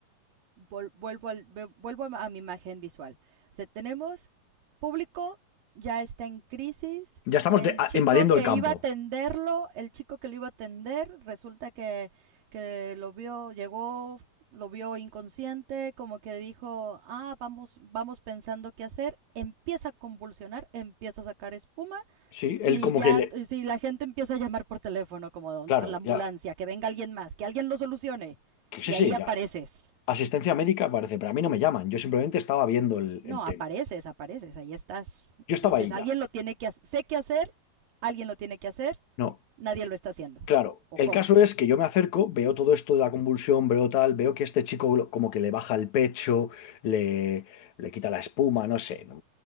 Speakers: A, on the right (about 65°); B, on the left (about 55°).
A: vol- vuelvo, al- vuelvo a mi imagen visual. O sea, tenemos público, ya está en crisis,
B: Ya estamos
A: el
B: de- a-
A: chico
B: invadiendo
A: que
B: el campo.
A: iba a atenderlo, el chico que lo iba a atender, resulta que, que lo vio, llegó, lo vio inconsciente, como que dijo, ah, vamos, vamos pensando qué hacer, empieza a convulsionar, empieza a sacar espuma,
B: Sí,
A: y
B: él como
A: ya,
B: que le.
A: si la gente empieza a llamar por teléfono, como "¿Dónde
B: Claro,
A: la ambulancia,
B: ya.
A: que venga alguien más, que alguien lo solucione. Y
B: Sí,
A: ahí
B: sí,
A: apareces.
B: ya. Asistencia médica parece, pero a mí no me llaman. Yo simplemente estaba viendo el,
A: No,
B: el tema.
A: apareces, apareces, ahí estás.
B: Yo
A: Y
B: estaba
A: dices,
B: ahí
A: alguien
B: ya.
A: lo tiene que hacer, sé qué hacer, alguien lo tiene que hacer,
B: No.
A: nadie lo está haciendo.
B: Claro,
A: ¿O
B: el
A: cómo?
B: caso es que yo me acerco, veo todo esto de la convulsión, veo tal, veo que este chico lo- como que le baja el pecho, le, le quita la espuma, no sé, no,